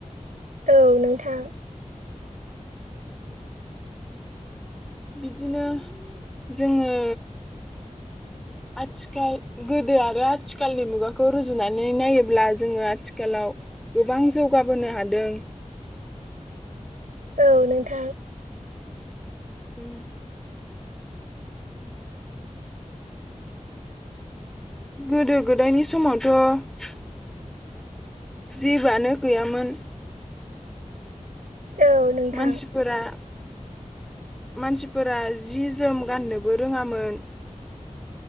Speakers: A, on the right (about 90°); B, in the centre.
A: औ नोंथां।
B: बिदिनो जोङो आथिखाल गोदो आरो थिखालनि मुगाखौ रुजुनानै नायोब्ला जोङो आथिखालाव गोबां जौगाबोनो हादों।
A: औ नोंथां।
B: उम <inaudible> गोदो गोदायनि समावथ' जिबोआनो गैयामोन।
A: औ नोंथां
B: मानसिफोरा मानसिफोरा जि जोम गाननोबो रोङामोन।